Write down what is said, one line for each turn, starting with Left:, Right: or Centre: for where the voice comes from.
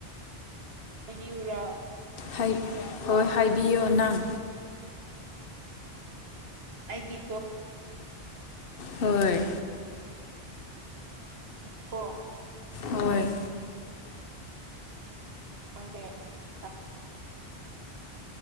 Right: ꯍꯥꯏꯕꯤꯋꯨꯔ
Left: ꯍꯥꯏꯠ ꯍꯣꯏ ꯍꯥꯏꯕꯤꯌꯣꯅꯪ
Right: ꯑꯩꯒꯤꯀꯣ
Left: ꯍꯣꯏ꯫
Right: ꯀꯣ
Left: ꯍꯣꯏ꯫
Right: <unintelligible>